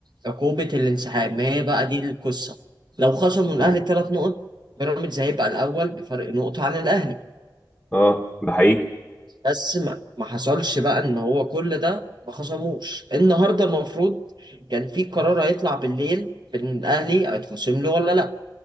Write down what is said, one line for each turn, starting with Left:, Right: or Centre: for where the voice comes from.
Right: عقوبة الانسحاب ما هي بقى دي القصة لو خصموا الأهلي
Centre: مم.
Right: ثلاث نقط بيراميدز هيبقى الأول بفرق نقطة عن الأهلي
Centre: اه ده حقيقي
Right: بس ما, ما حصلش بقى إن هو كل ده ما خصموش النهاردة المفروض كان في قرار هيطلع بالليل إن الأهلي هيتخصم له ولا لأ